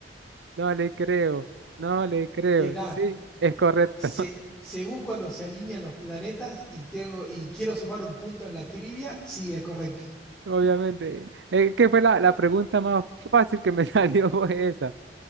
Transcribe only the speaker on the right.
No le creo, no le creo.
Sí, es correcto,
<laughs>
obviamente. Es que fue la, la pregunta más fácil que me <laughs> salió fue esa.